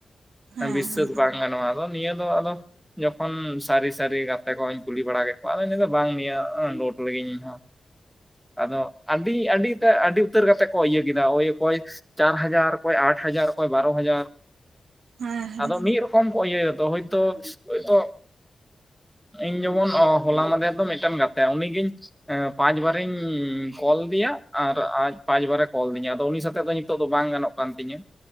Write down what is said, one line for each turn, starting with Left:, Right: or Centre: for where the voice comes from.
Right: ᱦᱮᱸ
Centre: ᱵᱤᱥᱥᱟᱹᱥ
Right: ᱦᱮᱸ
Centre: ᱵᱟᱝ ᱜᱟᱱᱚᱜ-ᱟ ᱟᱫᱚ ᱱᱤᱭᱟᱹ ᱫᱚ ᱟᱫᱚ ᱡᱚᱠᱷᱚᱱ ᱥᱟᱹᱨᱤ ᱥᱟᱹᱨᱤ ᱜᱟᱛᱮ ᱠᱚᱧ ᱠᱩᱞᱤ ᱵᱟᱲᱟ ᱠᱮᱫ ᱠᱚᱣᱟ ᱟᱫᱚᱧ ᱞᱟᱭ ᱫᱚ ᱵᱟᱝ ᱤᱭᱟ ᱞᱳᱰ ᱞᱤᱜᱤᱧ ᱤᱧ ᱦᱚ <unintelligible> ᱟᱫᱚ ᱟᱹᱰᱤ <unintelligible> ᱴᱟᱜ ᱟ. ᱰᱤ ᱩᱛᱟᱹᱨ ᱠᱟᱛᱮ ᱠᱚ ᱤᱭᱟ ᱠᱮᱫᱟ ᱳᱭ ᱚᱠᱚᱭ ᱪᱟᱨ ᱦᱟᱡᱟᱨ ᱚᱠᱚᱭ ᱟᱴ ᱦᱟᱡᱟᱨ ᱚᱠᱚᱭ ᱵᱟᱨᱚ ᱦᱟᱡᱟᱨ
Right: ᱦᱮᱸ ᱦᱮᱸ
Centre: ᱟᱫᱚ ᱢᱤᱫ ᱨᱚᱠᱚᱢ ᱠᱚ ᱤᱭᱟ. ᱫᱚ ᱦᱳᱭᱛᱳ <unintelligible> ᱤᱧ ᱡᱮᱢᱚᱱ ᱦᱚᱞᱟ ᱢᱟᱫᱷᱮᱨ ᱫᱚ ᱢᱤᱫᱴᱮᱱ ᱜᱟᱛᱮ ᱩᱱᱤᱜᱤᱧ ᱯᱟᱸᱪ ᱵᱟᱨᱤᱧ ᱠᱚᱞ ᱟᱫᱮᱭᱟ ᱟᱨ ᱟᱡ ᱯᱟᱸᱪ ᱵᱟᱨᱮ ᱠᱚᱞ ᱟᱫᱤᱧᱟ ᱟᱫᱚ ᱩᱱᱤ ᱥᱟᱛᱮᱜ ᱫᱚ ᱱᱤᱛᱚᱜ ᱫᱚ ᱵᱟᱝ ᱜᱟᱱᱚᱜ ᱠᱟᱱ ᱛᱤᱧᱟᱹ